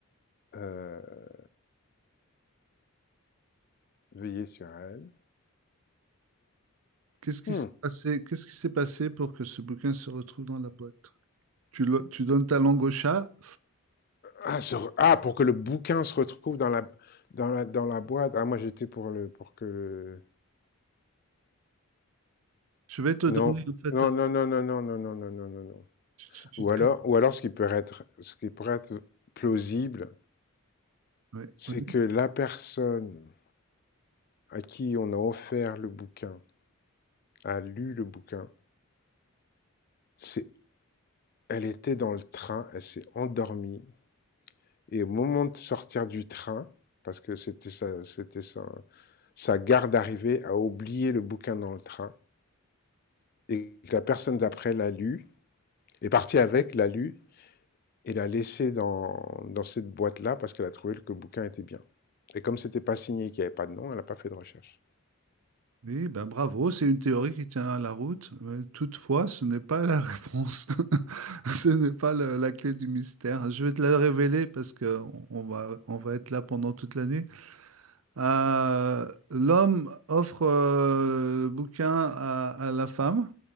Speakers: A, on the left (about 45°); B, on the right (about 75°).
A: Euh, veillez sur elle.
B: Qu'est-ce qui
A: Hmm.
B: s'est passé, qu'est-ce qui s'est passé pour que ce bouquin se retrouve dans la boîte? Tu, le- tu donnes ta langue au chat.
A: Ah, se ah, pour que le bouquin se retrouve dans la, dans la, dans la boîte. Ah, moi j'étais pour le, pour que.
B: Je vais te donner,
A: Non,
B: en fait,
A: non, non, non, non, non, non, non, non, non, non, non.
B: tu- tu-
A: Ou
B: tu-
A: alors,
B: tu-
A: ou alors, ce qui peut être, ce qui pourrait être plausible,
B: ouais,
A: c'est
B: ouais.
A: que la personne à qui on a offert le bouquin a lu le bouquin, s'est Elle était dans le train, elle s'est endormie et au moment de sortir du train, parce que c'était sa, c'était sa, sa garde d'arrivée, a oublié le bouquin dans le train et la personne d'après l'a lu, est partie avec, l'a lu et l'a laissé dans, dans cette boîte-là parce qu'elle a trouvé que le bouquin était bien. Et comme c'était pas signé, qu'il n'y avait pas de nom, elle n'a pas fait de recherche.
B: Oui, ben bravo, c'est une théorie qui tient la route. mais toutefois, ce n'est pas la réponse. <laughs> Ce n'est pas le- la clé du mystère. Je vais te la révéler parce que on on va, on va être là pendant toute la nuit. Euh, l'homme offre euh, le bouquin à, à la femme.